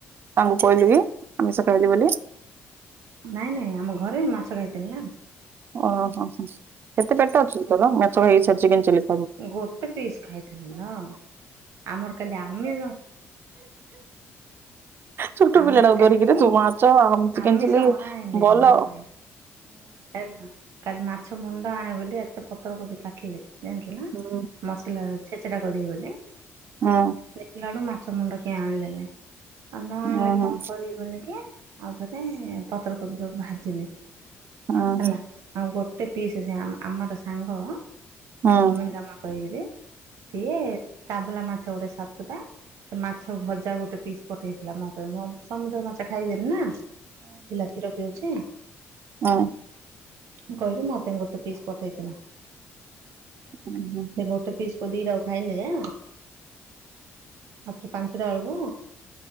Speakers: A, on the right; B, on the right.
A: ତାଙ୍କୁ କହିଲି ବି ଆମିଷ ଖାଇଲି ବୋଲି।
B: ନାଇଁ ନାଇଁ, ଆମ ଘରେ ମାଛ ଖାଇଥିଲି ନା।
A: ଓହୋ ହୋ। କେତେ ପେଟ ଅଛି କି ତୋର ମାେଛ ଖାଇକି ଛାତି ଖେଞ୍ଚିଲେ।
B: ଗୋଟେ ପିସ୍ ଖାଇଥିଲି ନ, ଆମର କାଲି ଆମିଷ
A: ଛୋଟ
B: ଆମର
A: ପିଲାଟାକୁ
B: କାଲି
A: ଧରିକିରି ତୁ ମାଛ ଆମ ଚିକେନ
B: ଆମିଷ
A: ଚିଲ୍ଲି
B: ଅଣା ହେଇନି
A: ବଲ
B: ଲୋ। ହେଲା, କାଲି ମାଛ ମୁଣ୍ଡ ଆଣେ ବୋଲି ଏତେ ପତ୍ରକୋବି କାଟିଲି। ଜାଣିଛୁ ନା,
A: ହୁଁ
B: ମସଲା ଛେଚେଡା କରିବି ବୋଲି।
A: ହଁ।
B: ଦେଖିଲା ବେଳକୁ ମାଛ ମୁଣ୍ଡ କିଏ ଆଣିଲେନେଇ, ନଆଣିଲେ
A: ହୁଁ ହୁଁ
B: କଣ କରିବି ବୋନିକି ଆଉଥରେ ପତ୍ରକୋବି ସବୁ ଭାଜିଲି।
A: ହୁଁ
B: ହେଲା,
A: ହୁଁ
B: ଆଉ ଗୋଟେ ପିସ୍ ଅଛି ଆ-ଆମର ସାଙ୍ଗ
A: ହୁଁ
B: ମୁଁ <unintelligible> ଜମା କରିକିରି ସିଏ ତାବୁଲା ମାଛ ଗୋଟେ ସାତଟା ମାଛ ଭଜା ଗୋଟେ ପିସ୍ ପଠେଇଥିଲା ମୋ ପାଇଁ, ମୁଁ ସମୁଦ୍ର ମାଛ ଖାଇବିନି ନା ପିଲା କ୍ଷୀର ପିଉଛି।
A: ହଁ।
B: ମୁଁ କହିଲି ମୋ ପାଇଁ ଗୋଟେ ପିସ୍ ପଠେଇଥିଲା।
A: ହୁଁ
B: ସେ
A: ହୁଁ।
B: ଗୋଟେ ପିସ୍ କୁ ଦିଟାକୁ ଖାଇନି ଯେ ଆଉଥରେ ପାଞ୍ଚୁଟା ବେଳକୁ,